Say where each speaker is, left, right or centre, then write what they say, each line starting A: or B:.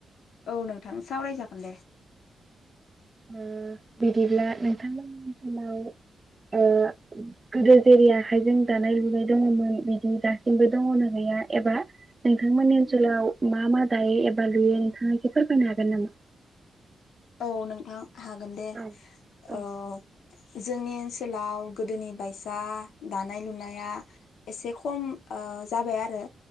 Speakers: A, on the left (about 75°); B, on the right (about 35°).
A: औ नोंथां सावरायजागोन दे
B: ओ बिदिब्ला नोंथांमोननि ओनसोलाव ओ गोदो जेरै आखाइजों दानाय लुनाय दङमोन बिदि दासिमबो दङना गैया एबा नोंथांमोननि ओनसोलाव मा मा दायो एबा लुयो नोंथाङा एसे फोरमायनो हागोन नामा
A: औ नोंथां हागोन दे
B: औ औ
A: ओ जोंनि ओनसोलाव गोदोनि बायसा दानाय लुनाया एसे खम ओ जाबाय आरो